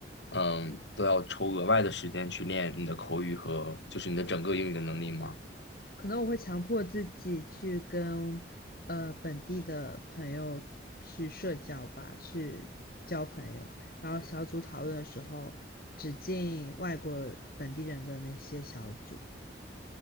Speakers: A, on the left; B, on the left.
A: 嗯，都要抽额外的时间去练你的口语和就是你的整个英语的能力吗？
B: 可能我会强迫自己去跟呃本地的朋友去社交吧，去交朋友。然后小组讨论的时候，只进外国本地人的那些小组。